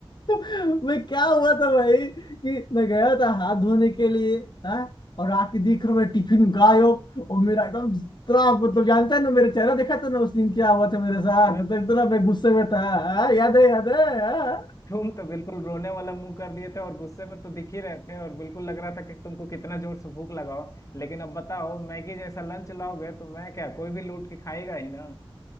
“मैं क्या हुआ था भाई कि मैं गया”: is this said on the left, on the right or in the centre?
Left